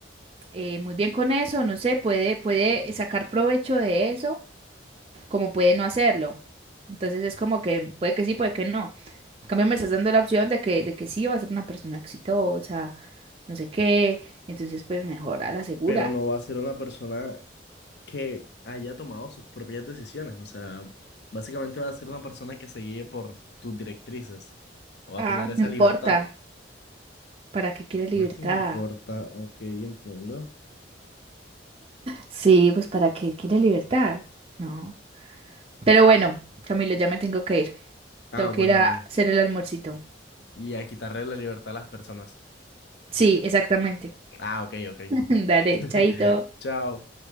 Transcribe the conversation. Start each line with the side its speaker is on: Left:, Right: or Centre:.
Right: eh, muy bien con eso, no sé, puede, puede sacar provecho de eso, como puede no hacerlo. Entonces es como que puede que sí, puede que no. En cambio me estás dando la opción de que, de que sí va a ser una persona exitosa, no sé qué. Entonces pues mejor a la segura.
Left: pero no va a ser una persona que, Haya tomado sus propias decisiones. O sea, básicamente va a ser una persona que se guíe por tus directrices. No va
Right: Ah,
Left: a tener esa
Right: No importa,
Left: libertad.
Right: ¿para qué quiere libertad?
Left: no te importa, ok, entiendo.
Right: Sí, pues ¿para qué quiere libertad? No. Pero bueno, Camilo, ya me tengo que ir.
Left: Ah,
Right: Tengo
Left: bueno,
Right: que ir a
Left: dale.
Right: hacer el almuercito.
Left: Y a quitarle la libertad a las personas.
Right: Sí, exactamente.
Left: Ah, ok, ok.
Right: <laughs> Dale,
Left: <laughs>
Right: chaito.
Left: Chao.